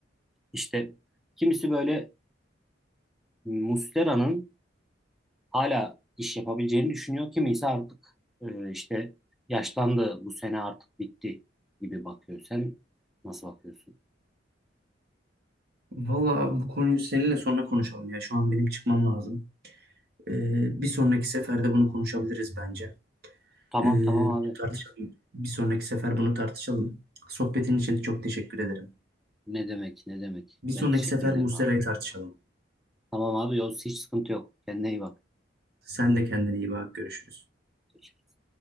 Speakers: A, in the centre; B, on the right.
A: İşte kimisi böyle Muslera'nın hala iş yapabileceğini düşünüyor. Kimisi artık e, işte yaşlandı bu sene artık bitti gibi bakıyor. Sen nasıl bakıyorsun?
B: Valla bu konuyu seninle sonra konuşalım ya. Şu an benim çıkmam lazım. Ee, bir sonraki seferde bunu konuşabiliriz bence.
A: Tamam
B: Ee,
A: tamam
B: bunu
A: abi.
B: tartışalım. Bir sonraki sefer bunu tartışalım. Sohbetin için çok teşekkür ederim.
A: Ne demek ne demek.
B: Bir sonraki
A: Ben teşekkür
B: sefer
A: ederim
B: Muslera'yı
A: abi.
B: tartışalım.
A: Tamam abi Yavuz hiç sıkıntı yok. Kendine iyi bak.
B: Sen de kendine iyi bak. Görüşürüz.
A: Görüşürüz.